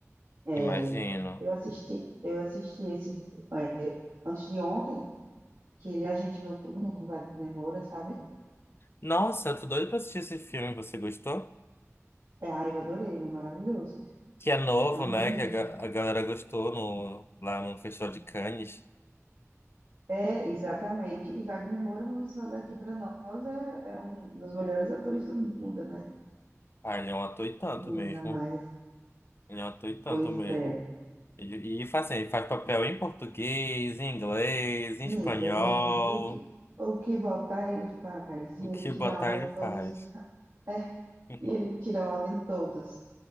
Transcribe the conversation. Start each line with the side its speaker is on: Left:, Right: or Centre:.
Right: É,
Left: imagino.
Right: eu assisti, eu assisti esse, é, antes de ontem, que ele é Agente Noturno com Wagner Moura, sabe?
Left: Nossa, eu tô doido pra assistir esse filme. Você gostou?
Right: É, ah, eu adorei, é maravilhoso.
Left: Que é novo,
Right: Amei
Left: né?
Right: mesmo.
Left: Que a, ga- a galera gostou no, lá no Festival de Cannes.
Right: É, exatamente. E Wagner Moura, vamos falar aqui para nós, é, é um dos melhores atores do mundo, né?
Left: Ah, ele é um ator e tanto
Right: E
Left: mesmo.
Right: ainda mais,
Left: Ele é um ator e tanto
Right: pois
Left: mesmo.
Right: é,
Left: Ele- E, faz assim, ele faz papel em português, em inglês, em
Right: em
Left: espanhol.
Right: É, inglês, o que, o que botar ele faz,
Left: O
Right: e ele
Left: que
Right: tira
Left: botar
Right: onda
Left: ele
Right: em todos
Left: faz.
Right: os... É,
Left: <laughs>
Right: e ele tira onda em todos.